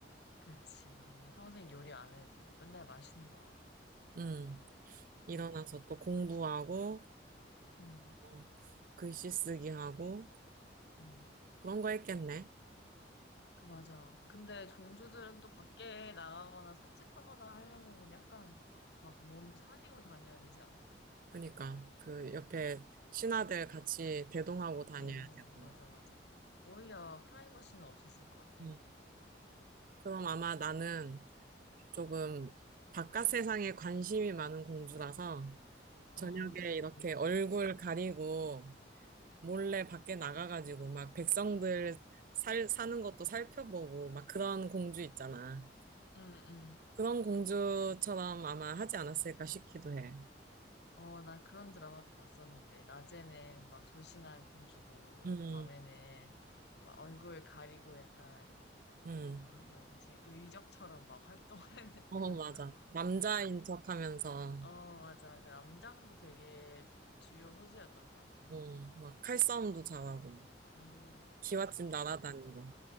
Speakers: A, on the left; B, on the right.
A: 그렇지. 내 평생 요리 안 해도 되고, 맨날 맛있는 거만 먹고.
B: 음, 일어나서
A: 음,
B: 또 공부하고,
A: 음,
B: 어, 글씨 쓰기 하고,
A: 음.
B: 그런 거 했겠네.
A: 그, 맞아. 근데 종주들은 또 밖에 나가거나 산책하거나 하려면은 약간 막 몸 사리고 다녀야 되지 않아?
B: 그니까, 그 옆에 신하들 같이 대동하고 다녀야
A: 어,
B: 되고.
A: 맞아, 맞아. 오히려 프라이버시는 없었을 것 같아.
B: 음. 그럼 아마 나는 조금 바깥 세상에 관심이 많은 공주라서
A: 어,
B: 저녁에
A: 어.
B: 이렇게
A: 응,
B: 얼굴 가리고 몰래 밖에 나가가지고 막 백성들 살, 사는 것도 살펴보고 막 그런 공주 있잖아.
A: 응.
B: 그런 공주처럼 아마 하지 않았을까 싶기도 해.
A: 어, 나 그런 드라마도 봤었는데, 낮에는 막 졸신한 공주고,
B: 음,
A: 밤에는 막 얼굴 가리고 약간
B: 음.
A: 뭐라고 해야 되지? 의적처럼 막 활동하는
B: 어,
A: <laughs> 그런
B: 맞아.
A: 드라마.
B: 남자인 척 하면서,
A: 어, 맞아. 그 남장도 되게 주요 소재였던 것 같아.
B: 어, 막 칼싸움도 잘하고, 막
A: 음,
B: 기와집
A: 맞아, 맞아.
B: 날아다니고,